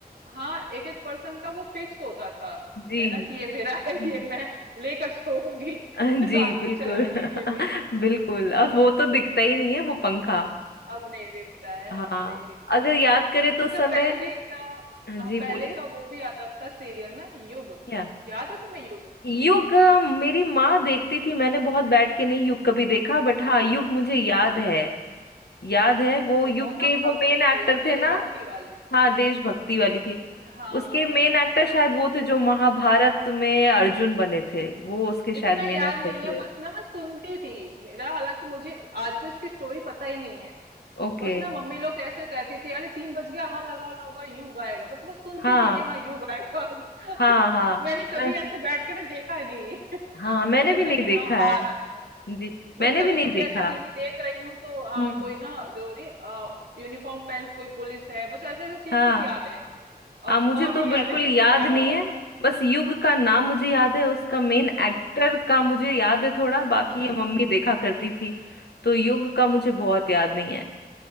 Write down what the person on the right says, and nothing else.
हाँ एक एक पर्सन का वो फिक्स होता था
है ना कि ये मेरा है
<laughs> ये मैं लेकर सोऊंगी <laughs>
रात
को चलाने
के लिए
अब नहीं दिखता है
हाँ नहीं दिखता
है
वो
अच्छा
पहले का हाँ
पहले
का वो भी आता था सीरियल ना युग
याद है तुम्हें युग
अच्छा
वो
बहुत
ना भक्ति
थी
ना
देशभक्ति
वाले
देश
हाँ
हाँ
इतना याद
नहीं
है बस ना मैं सुनती थी मेरा हालांकि मुझे आज भी उसकी स्टोरी पता ही नहीं है
बस ना मम्मी लोग ऐसे कहती थी अरे तीन बज गया हाँ लगाओ लगाओ यू गाएगा मतलब वो सुनती
थी कि हाँ यू गाएगा <laughs>
मैंने कभी
ऐसे बैठ के ना देखा ही नहीं <laughs>
बस ये
था कि
हाँ
आ रहा है
बस
कभी
कभी
ऐसे टीवी देख रही हूँ तो हाँ
कोई ना जो नहीं यूनिफॉर्म पहन के कोई पुलिस है बस ऐसे ऐसे सीन
कुछ याद है अब
और
नहीं याद
है कि उसमें
क्या
हो रहा
था
नाम
अच्छा
अच्छा
हाँ